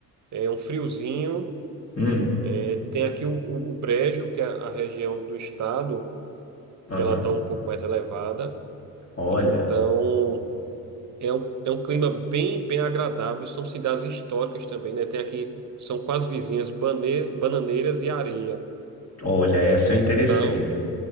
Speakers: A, on the right; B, on the left.
A: é um friozinho,
B: Hum,
A: é, tem aqui o, o, o Brejo, que é a região do estado,
B: aham.
A: que ela está um pouco mais elevada.
B: Olha,
A: Então É um, é um clima bem, bem agradável. São cidades históricas também, né? Tem aqui, são quase vizinhas, Bane- Bananeiras e Areia.
B: olha, essa
A: Então,
B: eu interessei.